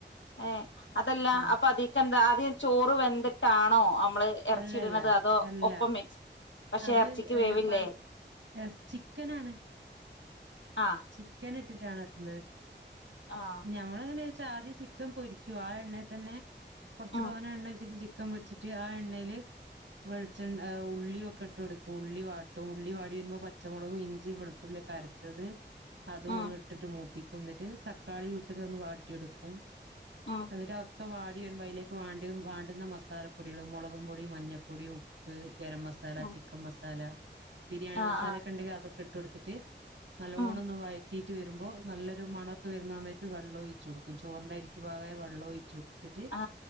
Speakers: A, on the left (about 80°); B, on the right (about 80°).
A: ഏയ് അതല്ല
B: ആഹ്
A: അപ്പൊ അതിക്കന്താ ആദ്യം ചോറ് വെന്തിട്ടാണോ അം മ്മള് എറച്ചിഇടുന്നത്
B: അല്ലല്ല
A: അതോ
B: അല്ല
A: ഒപ്പം മിക്സ് പക്ഷെ
B: അത്
A: ഇറച്ചിക്ക്
B: ഏ
A: വേവില്ലേ
B: പൽ എർ ചിക്കനാണ്
A: ആഹ്
B: ചിക്കനിട്ടിട്ടാണ് വെക്കുന്നത്
A: ആഹ്
B: ഞമ്മള് എങ്ങനെച്ചാ ആദ്യം ചിക്കൻ പൊരിയ്ക്കും ആ എണ്ണേ തന്നെ കൊറച്ച്
A: ഉം
B: തോന്നെ എണ്ണൊയ്ച്ചിട്ട് ചി ക്കൻ പൊരിച്ചിട്ട് ആ എണ്ണേല് വെളിച്ചെണ്ണ ഏ ഉള്ളിയൊക്കെ ഇട്ട്കൊട്ക്കും ഉള്ളി വാട്ടും ഉള്ളി വാടി വരുമ്പോൾ പച്ചമുളകും ഇഞ്ചി വെളുത്തുള്ളിയൊക്കെ അരക്കും തത് അതും
A: ഉം
B: ഒന്ന് ഇട്ടിട്ട് മൂപ്പിക്കും എന്നിട്ട് തക്കാളി ഇട്ടിട്ട് ഒന്ന് വാട്ടിയെടുക്കും
A: ഉം
B: എന്നിട്ട് ഒക്കെ വാടി വരുമ്പോ അതിലേക്ക് വാണ്ട വാണ്ടുന്ന മസാലപ്പൊടികൾ മുളകും പൊടി മഞ്ഞൾപ്പൊടിയും ഉപ്പ് ഗര മസാല
A: ഉം
B: ചിക്കൻ മസാല ബിരിയാണി
A: ആ
B: മസാല
A: ആ
B: ഒക്കെ ഉണ്ടെങ്കിൽ അതൊക്കെ ഇട്ട് കൊടുത്തിട്ട് പോണൊന്നും
A: ഉം
B: വായി കിട്ട് വരുമ്പോ നല്ലെരു മണൊക്കെ വരുന്ന സമയ വെള്ള ഒഴിച്ച് കൊടുക്കും ചോറിന്റെ അരിക്ക് പാക ആയ വെള്ളം ഒഴിച്ചൊടുക്കും <unintelligible>
A: ആ